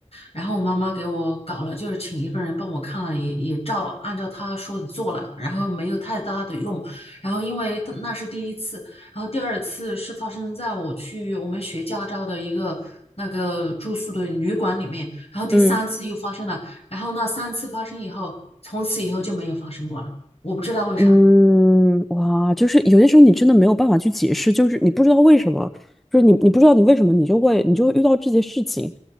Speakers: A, on the left; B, in the centre.
A: 然后我妈妈给我搞了，就是请一个人帮我看了，也也照按照她说的做了，然后没有太大的用，然后因为她那是第一次，然后第二次是发生在我去我们学驾照的一个那个住宿的旅馆里面，然后第三次又发生了，
B: 嗯
A: 然后那三次发生以后，从此以后就没有发生过了，我不知道为啥。
B: 嗯，哇，就是有些时候你真的没有办法去解释，就是你不知道为什么，就是你你不知道你为什么，你就会你就会遇到这些事情，